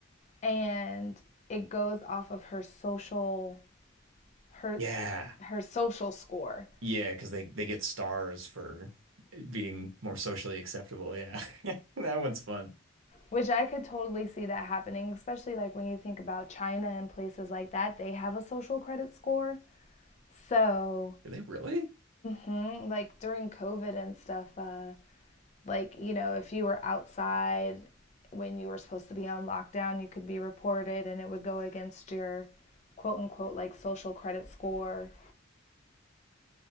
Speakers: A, on the left; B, on the right.
A: and it goes off of her social her
B: Yeah.
A: her social score,
B: Yeah, because they they get stars for it being more socially acceptable. Yeah. <laughs> That one's fun.
A: which I could totally see that happening, especially like when you think about China and places like that, they have a social credit score. So,
B: Did they really?
A: mm, like during COVID and stuff, uh, like, you know, if you were outside when you were supposed to be on lockdown, you could be reported and it would go against your quote unquote like social credit score.